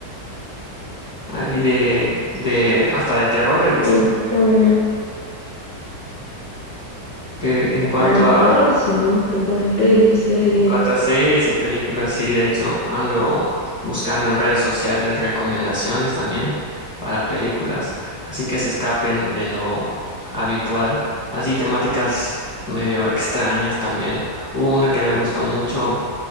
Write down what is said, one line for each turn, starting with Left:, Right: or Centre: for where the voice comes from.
Centre: ah, y de, de, hasta de terror he visto.
Left: sí, está bueno.
Centre: De- en cuanto
Left: Ah, de
Centre: a,
Left: terror sí me gustan también pelis, series.
Centre: En cuanto a series y películas, sí, de hecho, ando buscando en redes sociales recomendaciones también para películas, así que se escapen de lo habitual. Así temáticas medio extrañas también. Hubo una que me gustó mucho,